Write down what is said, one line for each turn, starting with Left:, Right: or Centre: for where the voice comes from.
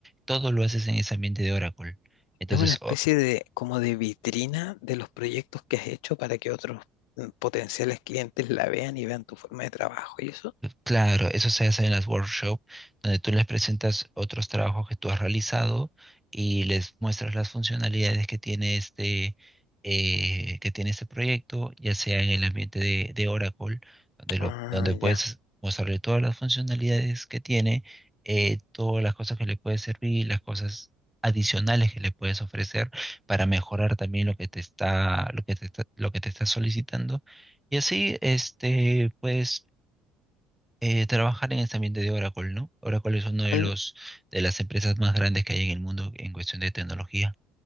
Centre: Todo lo haces en ese ambiente de Oracle. Entonces,
Left: Es una especie
Centre: o-
Left: de como de vitrina de los proyectos que has hecho para que otros mm, potenciales clientes la vean y vean tu forma de trabajo y eso.
Centre: Claro, eso se hace en las workshops, donde tú les presentas otros trabajos que tú has realizado y les muestras las funcionalidades que tiene este, eh, que tiene este proyecto, ya sea en el ambiente de, de Oracle, donde, lo,
Left: Ah,
Centre: donde puedes
Left: ya.
Centre: mostrarle todas las funcionalidades que tiene, eh, todas las cosas que le puede servir, las cosas adicionales que le puedes ofrecer para mejorar también lo que te está, lo que te está- lo que te está solicitando. Y así, este, puedes eh, trabajar en ese ambiente de Oracle, ¿no? Oracle es una de
Left: Tal,
Centre: los de las empresas más grandes que hay en el mundo en cuestión de tecnología.